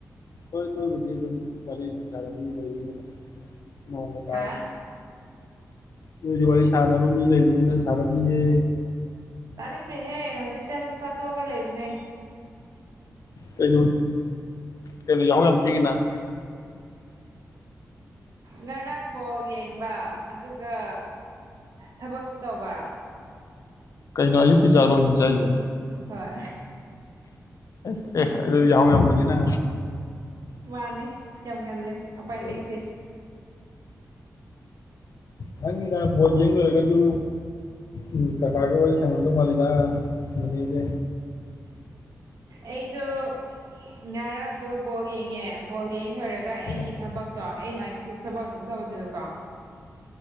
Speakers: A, on the left (about 65°); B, on the right (about 80°).
A: ꯍꯣꯏ ꯅꯣꯏꯕꯨꯗꯤ ꯑꯗꯨꯝ ꯋꯥꯔꯤ ꯁꯥꯔꯝꯅꯤ ꯂꯩꯕꯅꯤꯅ ꯅꯣꯡꯒ ꯇꯥ
B: ꯍꯥ
A: ꯅꯣꯏ ꯗꯤ ꯋꯥꯔꯤ ꯁꯥꯟꯅꯕ ꯃꯤ ꯂꯩꯕꯅꯤꯅ ꯁꯥꯔꯝꯅꯤꯌꯦ
B: ꯇꯥꯅꯤꯡꯗꯦꯍꯦ ꯍꯧꯖꯤꯛꯇ ꯆꯥꯛ ꯆꯥꯊꯣꯛꯑꯒ ꯂꯩꯕꯅꯦ
A: ꯀꯩ ꯀꯩꯅꯣ ꯌꯥꯎꯍꯧ ꯌꯥꯝ ꯊꯦꯡꯉꯤꯅ
B: ꯉꯔꯥꯡ ꯕꯣꯜ ꯌꯦꯡꯕ ꯑꯗꯨꯒ ꯊꯕꯛꯁꯨ ꯇꯧꯕ
A: ꯀꯩꯅꯣ ꯑꯌꯨꯛꯀꯤꯖꯥꯠꯂꯣ ꯍꯧꯖꯤꯛ ꯆꯥꯏꯁꯦ
B: ꯍꯣꯏ
A: ꯑꯦꯁ ꯑꯦ ꯑꯗꯨꯗꯤ ꯌꯥꯎ ꯌꯥꯝ ꯉꯜꯂꯤꯅ
B: ꯃꯥꯅꯦ ꯌꯥꯝ ꯉꯜꯂꯦ ꯑꯨꯄꯥꯏ
A: ꯎꯄꯥꯏ
B: ꯂꯩꯇꯦ
A: ꯈꯪꯉꯤꯗ ꯕꯣꯜ ꯌꯦꯡ ꯂꯣꯏꯔꯒꯁꯨ ꯎꯝ ꯀꯀꯥꯒ ꯋꯥꯔꯤ ꯁꯟꯅꯔꯝꯗꯧꯕ ꯃꯥꯜꯂꯤꯗ ꯅꯦꯅꯦꯁꯦ
B: ꯑꯩꯗꯣ ꯉꯔꯥꯡꯗꯣ ꯕꯣꯜ ꯌꯦꯡꯉꯦ ꯕꯣꯜ ꯌꯦꯡ ꯂꯣꯏꯔꯒ
A: ꯑꯥ
B: ꯑꯩꯒꯤ ꯊꯕꯛꯇꯣ ꯑꯩ ꯅꯥꯏꯠ ꯁꯤꯐ ꯊꯕꯛ ꯑꯗꯨꯝ ꯇꯧꯋꯤꯗꯅꯀꯣ